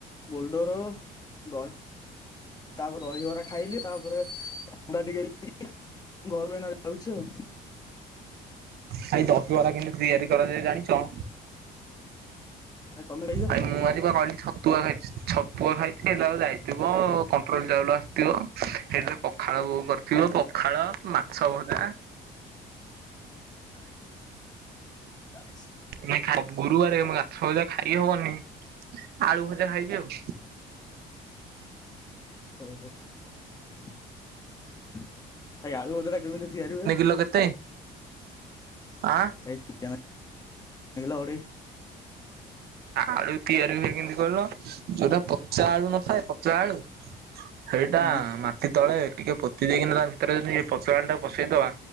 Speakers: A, on the left; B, on the right.
A: ବୋଲଡୋର। ଦହି ତାପରେ ଦହିବରା ଖାଇଲି ତାପରେ ଥଣ୍ଡା ଟିକେ ଘରୁ ଏଇନା ଯାଉଛି ଆଉ।
B: ଭାଇ ଦଶିବରା କେମିତି ତିଆରି କରାଯାଏ ଜାଣିଚ?
A: ଭାଇ ତମେ ବି
B: ଭାଇ ମୁଁ ଆଜି ବା କହିଲି ଛତୁଆ ଖାଇଚି ଛତୁଆ ଖାଇଥିଲି ହେଲା ଆଉ ଯାଇନି। ଥିବ କଣ୍ଟ୍ରୋଲ ଚାଉଳ ଆସିଥିବ ସେଥିରେ ପଖାଳ ବୋଉ କରିଥିବ। ପଖାଳ, ମାଛ ଭଜା।
A: <inaudible>
B: ନାଇଁ ଖା ଗୁରୁବାରେ ମାଛ ଭଜା ଖାଇ ହବନି ଆଳୁ ଭଜା ଖାଇବି ଆଉ।
A: ଓହୋ। ଭାଇ ଆଳୁ ଭଜା ଟା କେମିତି ତିଆରି ହୁଏ?
B: ତେଲ କେତେ? ଆଁ।
A: ଏଇ ଚିକେନ୍ ଆଇ
B: ଆଳୁ ତିଆରି ହୁଏ କେମିତି କହିଲ ଯୋଉଟା ପଚା ଆଳୁ ନଥାଏ ପଚା ଆଳୁ ସେଇଟା
A: ହଁ
B: ଆମ୍ କେତଳେ ଟିକେ ପୋତି ଦେଇକି ନା ତା ଭିତରେ ଯଦି ପଚା ଅଣ୍ଡା ଟା ପସେଇଦବା